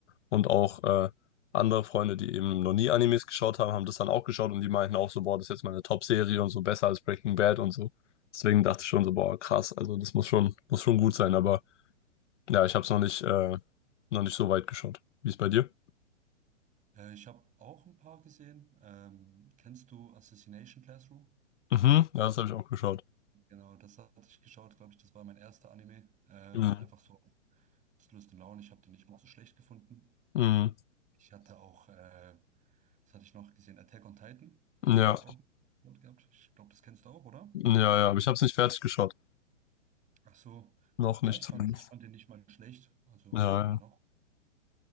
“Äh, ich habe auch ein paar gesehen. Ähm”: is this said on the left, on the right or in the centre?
Right